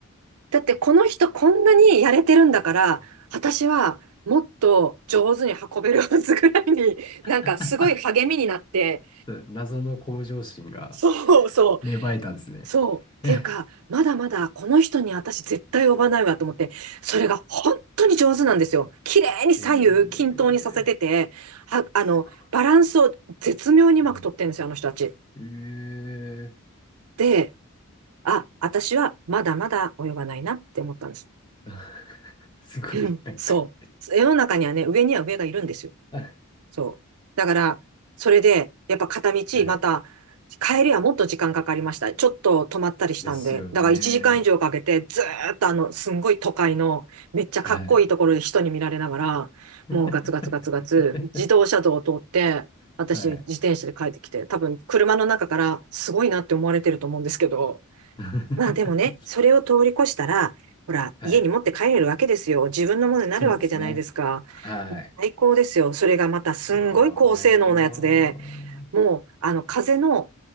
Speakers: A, on the right (about 80°); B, on the left (about 20°).
A: だってこの人こんなにやれてるんだから、私はもっと上手に運べるはずぐらいに、なんかすごい励みになって、
B: <laughs> 謎の向上心が
A: そうそう、
B: 芽生えたんですね。
A: そう。
B: <laughs>
A: っていうか、
B: へ
A: まだまだこの人に私絶対呼ばないわと思って、それが本当に上手なんですよ。綺麗に左右均等にさせてて、
B: え。
A: は、あの、
B: すごい。
A: バランスを絶妙にうまく取ってるんですよ、
B: うん。
A: あの人たち。
B: ええ。
A: で、あ、私はまだまだ及ばないなって思ったんです。
B: <laughs> すごい、
A: うんそう。
B: なんか
A: 世の中にはね、上には上がいるんですよ。
B: <laughs>。
A: そう。だから、それで、やっぱ片道、
B: はい。
A: また、帰りはもっと時間かかりました。ちょっと止まったりしたんで。
B: ですよね。
A: だから1時間以上かけて、ずーっとあの、すんごい都会の、めっちゃかっこいいところで人に見られながら、
B: はい。<laughs>
A: もうガツガツガツガツ、自動車道を通って、私、
B: はい。
A: 自転車で帰ってきて、多分、車の中から、すごいなって思われてると思うんですけど、
B: <laughs>
A: まあでもね、それを通り越したら、ほら、
B: はい。
A: 家に持って帰れるわけですよ。自分のものになるわけじゃないですか。
B: そうですね。はい。
A: もう最高ですよ。それがまたすんごい高性能なやつで、
B: うわー。
A: もう、あの、風の、